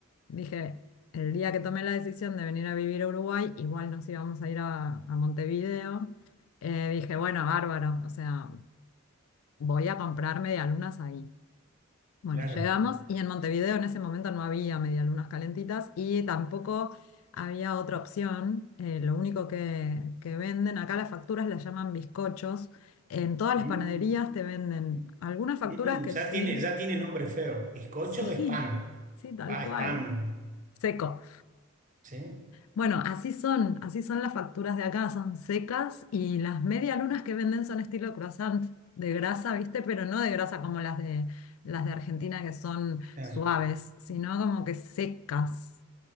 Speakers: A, on the left; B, on the right.
A: dije, el día que tomé la decisión de venir a vivir a Uruguay, igual nos íbamos a ir a, a Montevideo, eh, dije, bueno, bárbaro, o sea, voy a comprar medialunas ahí. Bueno,
B: claro.
A: llegamos y en Montevideo en ese momento no había medialunas calentitas y tampoco había otra opción. Eh, lo único que, que venden, acá las facturas las llaman bizcochos. En todas las
B: Mm,
A: panaderías te venden
B: mm,
A: algunas facturas
B: mm,
A: que
B: ya
A: sí,
B: tiene, ya tiene nombre feo. Bizcocho
A: <laughs> sí,
B: es pan.
A: sí, tal
B: Pa,
A: cual,
B: es pan.
A: seco.
B: Sí,
A: Bueno, así son, así son las facturas de acá, son secas y las medialunas que venden son estilo croissant de grasa, ¿viste? Pero no de grasa como las de las de Argentina que son
B: claro.
A: suaves, sino como que secas,